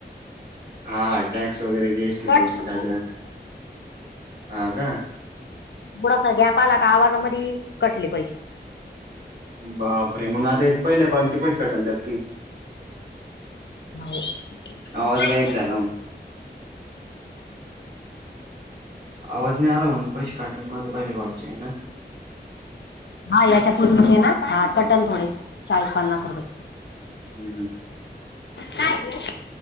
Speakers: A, on the right (about 65°); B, on the left (about 80°).
A: हा टॅक्स वगैरे जे एसी टी,
B: कट
A: बी एस
B: कुठ
A: टी काय ते हा का?
B: थोडासा गॅप आला का आवाजामध्ये कटले पैशे.
A: बापरे! मग आदी ह्याचा पहिल्या कॉलचे पैशे डाल्यात की.
B: हाव
A: आवाज
B: हां.
A: गायब झाला म्हणून आवाज नाही आला म्हणून पैसे <unintelligible> ना.
B: हा याच्या पूर्वीचे ना, हा कटन थोडे चाळीस पन्नास रुपये.
A: हम्म हम्म.
B: काय गं.